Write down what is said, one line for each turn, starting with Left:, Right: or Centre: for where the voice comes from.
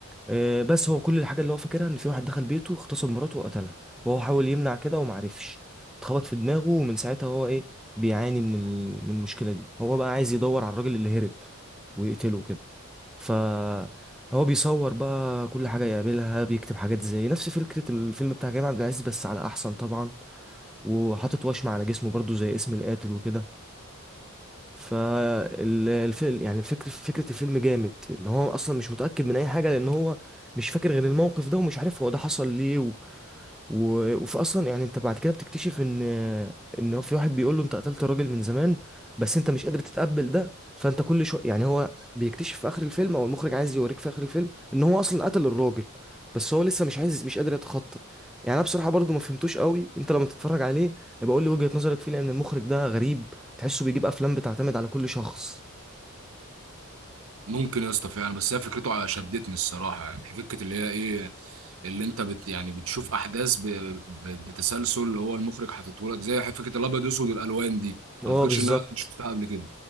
Centre: آه، بس هو كل الحاجة اللي هو فاكرها ان في واحد دخل بيته اغتصب مراته وقتلها وهو حاول يمنع كده ومعرفش اتخبط في دماغه ومن ساعتها هو ايه بيعاني من ال... من المشكلة دي هو بقى عايز يدور على الراجل اللي هرب ويقتله كده ف هو بيصور بقى كل حاجة يقابلها بيكتب حاجات زي نفس فكرة الفيلم بتاع كريم عبد العزيز بس على أحسن طبعا وحاطط وشم على جسمه برضو زي اسم القاتل وكده فالفيلم يعني الفكر فكرة الفيلم جامد اللي هو اصلا مش متأكد من اي حاجة لان هو مش فاكر غير الموقف ده ومش عارف هو ده حصل ليه و... و... وفي اصلا يعني انت بعد كده بتكتشف ان ان هو في واحد بيقول له انت قتلت راجل من زمان بس انت مش قادر تتقبل ده فانت كل شويه يعني هو بيكتشف في اخر الفيلم او المخرج عايز يوريك في اخر الفيلم ان هو اصلا قتل الراجل بس هو لسه مش عايز مش قادر يتخطى يعني انا بصراحه برضو ما فهمتوش قوي انت لما تتفرج عليه يبقى قول لي وجهه نظرك فيه لان المخرج ده غريب تحسه بيجيب افلام بتعتمد على كل شخص
Right: ممكن يا اسطى فعلا بس هي فكرته شدتني الصراحه يعني فكره اللي هي ايه اللي انت بت يعني بتشوف احداث ب... ب... بتسلسل اللي هو المخرج حاططه لك زي فكره الابيض واسود والالوان دي ما
Centre: اه
Right: اعتقدش
Centre: بالظبط
Right: ان انا شفتها قبل كده